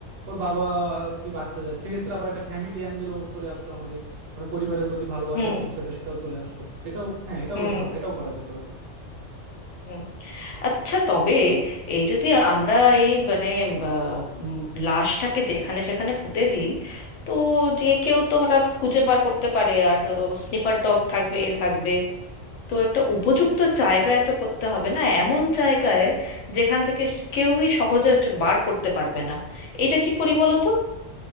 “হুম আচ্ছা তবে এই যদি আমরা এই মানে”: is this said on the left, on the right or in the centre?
Left